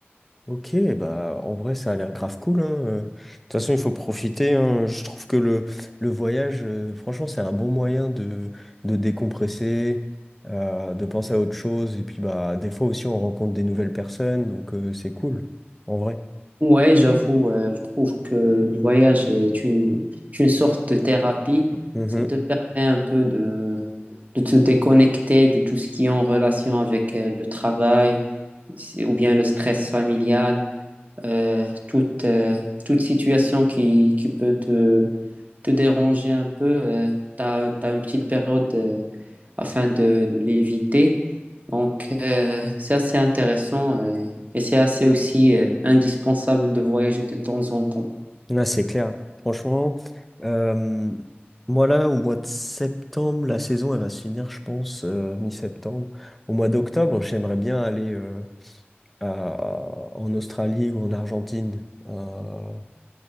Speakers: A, in the centre; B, on the right.
A: Ok, bah en vrai ça a l'air grave cool, hein. euh. De toute façon il faut profiter, hein. Je trouve que le, le voyage, euh, franchement c'est un bon moyen de, de décompresser, euh, de penser à autre chose, et puis bah des fois aussi on rencontre des nouvelles personnes, donc euh, c'est cool, en vrai.
B: Ouais, j'avoue, euh, je trouve que le voyage est une, une sorte de thérapie.
A: Mhm.
B: Ça te permet un peu de, de te déconnecter de tout ce qui est en relation avec euh, le travail c'est- ou bien le stress familial, euh, toute, euh, toute situation qui, qui peut te, te déranger un peu. tu as, une petite période euh, afin de, de l'éviter. Donc, euh, c'est assez intéressant euh, et c'est assez aussi euh, indispensable de voyager de temps en temps.
A: Là c'est clair. Franchement, euh, moi là au mois de septembre, la saison elle va se finir je pense euh, mi-septembre. Au mois d'octobre j'aimerais bien aller à- en Australie ou en Argentine euh,